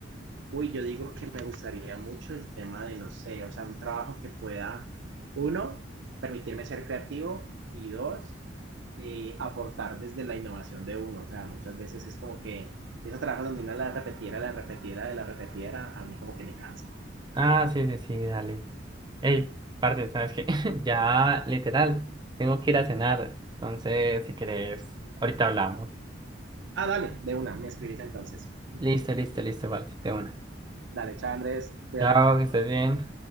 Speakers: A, on the right; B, on the right.
A: Uy, yo digo que me gustaría mucho el tema de, no sé, o sea, un trabajo que pueda, uno, permitirme ser creativo y dos, eh, aportar desde la innovación de uno. O sea, muchas veces es como que esos trabajos donde uno la repetiera, la repetiera, la repetiera, a mí como que me cansa.
B: Ah, sí, sí, sí, dale. Ey, parce, ¿sabes qué? <laughs> Ya, literal, tengo que ir a cenar. Entonces, si querés, ahorita hablamos.
A: Ah, dale, de una, me escribís entonces.
B: Listo, listo, listo, parce, de una.
A: Dale, chao Andrés, cuídate.
B: Chao, que estés bien.